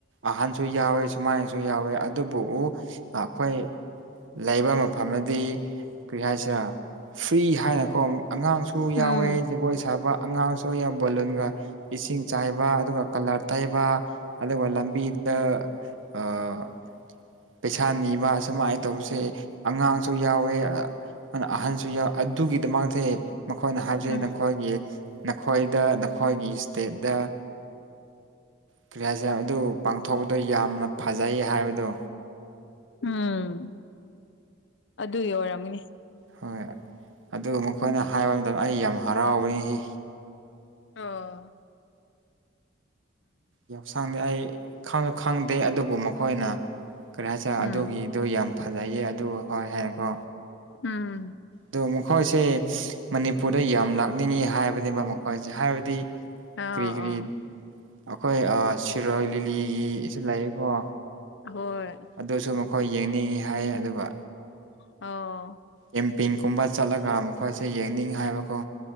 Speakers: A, on the right; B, on the left.
A: ꯑꯍꯟꯁꯨ ꯌꯥꯎꯋꯤ ꯁꯨꯃꯥꯏꯅꯁꯨ ꯌꯥꯎꯋꯤ ꯑꯗꯨꯕꯨ ꯑꯩꯈꯣꯏ ꯂꯩꯕ ꯃꯐꯝ ꯑꯗꯨꯗꯤ ꯀꯔꯤ ꯍꯥꯏꯁꯤꯔꯥ ꯐ꯭ꯔꯤ ꯍꯥꯏꯅꯀꯣ ꯑꯉꯥꯡꯁꯨ
B: ꯎꯝ
A: ꯌꯥꯎꯋꯦ ꯖꯒꯣꯏ ꯁꯥꯕ ꯑꯉꯥꯡꯁꯨ ꯕꯣꯂꯨꯟꯒ ꯏꯁꯤꯡ ꯆꯥꯏꯕ ꯑꯗꯨꯒ ꯀꯂꯔ ꯇꯩꯕ ꯑꯗꯨꯒ ꯂꯝꯕꯤ ꯑ ꯑ ꯄꯩꯁꯥ ꯅꯤꯕ ꯑꯨꯃꯥꯏꯅ ꯇꯧꯕꯁꯦ ꯑꯉꯥꯡꯁꯨ ꯌꯥꯎꯋꯦ ꯑꯍꯟꯁꯨ ꯑꯗꯨꯒꯤꯗꯃꯛꯇ ꯃꯈꯣꯏꯅ ꯍꯥꯏꯕꯕꯁꯤꯦ
B: ꯎꯝ
A: ꯅꯈꯣꯏꯒꯤ ꯅꯈꯣꯏꯗ ꯑꯩꯈꯣꯏꯒꯤ ꯏꯁꯇꯦꯠꯇ ꯀꯔꯤ ꯍꯥꯏꯁꯔꯦ ꯑꯗꯨ ꯄꯥꯡꯊꯣꯛꯄꯗꯣ ꯌꯥꯝꯅ ꯐꯖꯩꯌꯦ ꯍꯥꯏꯕꯗꯣ
B: ꯎꯝ ꯑꯗꯨꯒꯤ ꯑꯣꯏꯔꯝꯃꯤꯅꯤ
A: ꯍꯣꯏ ꯑꯗꯨ ꯃꯈꯣꯏꯅ ꯍꯥꯏꯕ ꯃꯇꯝꯗ ꯑꯩ ꯌꯥꯝ ꯍꯔꯥꯎꯕꯅꯤ ꯁꯤ
B: ꯑ
A: ꯌꯥꯎꯁꯥꯡꯗꯤ ꯑꯩ ꯈꯥꯡꯁꯨ ꯈꯪꯗꯦ ꯑꯗꯨꯕꯨ ꯃꯈꯣꯏꯅ ꯀꯔꯤ ꯍꯥꯏ ꯆ
B: ꯎꯝ
A: ꯑꯗꯨꯒꯤꯗꯣ ꯌꯥꯝ ꯐꯖꯩꯌꯦ ꯑꯗꯨ ꯍꯣꯏ ꯍꯥꯏꯀꯣ
B: ꯎꯝ
A: ꯑꯗꯣ ꯃꯈꯣꯏꯁꯦ ꯃꯅꯤꯄꯨꯔꯗ ꯌꯥꯝ ꯂꯥꯛꯅꯤꯡꯉꯤ ꯍꯥꯏꯕꯅꯦꯕ ꯃꯈꯣꯏꯁꯦ ꯍꯥꯏꯕꯗꯤ
B: ꯑꯥ
A: ꯀꯔꯤ ꯀꯔꯤ
B: ꯑ
A: ꯑꯩꯈꯣꯏ ꯁꯤꯔꯣꯏ ꯂꯤꯂꯤꯒꯤꯁꯨ ꯂꯥꯛꯑꯀꯣ
B: ꯍꯣꯏ
A: ꯑꯗꯨꯁꯨ ꯑꯩꯈꯣꯏ ꯌꯦꯡꯅꯤꯡꯏꯤ ꯍꯥꯏꯌꯦ ꯑꯗꯨꯒ
B: ꯑꯣ
A: ꯑꯦꯝꯄꯤꯤꯡꯒꯨꯝꯕ ꯆꯠꯂꯒ ꯃꯈꯣꯏꯁꯦ ꯌꯦꯡꯅꯤꯡ ꯍꯥꯏꯕꯀꯣ